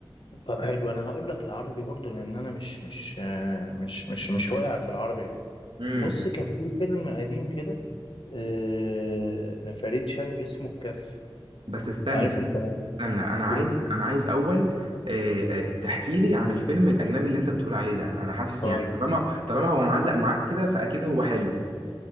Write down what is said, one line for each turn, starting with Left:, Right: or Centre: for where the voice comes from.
Left: طب حلو انا هقول لك العربي برضو لان انا مش مش آه، مش مش مش واقع في العربي قوي
Right: امم
Left: بص كان في فيلم قديم كده آه، لفريد شوقي اسمه الكف
Right: بس استنى
Left: عارف انت
Right: استنى أنا عايز
Left: أوه.
Right: أنا عايز أول آه، آه، تحكي لي عن الفيلم الأجنبي اللي أنت بتقول عليه ده أنا حاسس
Left: طيب
Right: يعني طالما طالما هو معلق معاك كده فأكيد هو حلو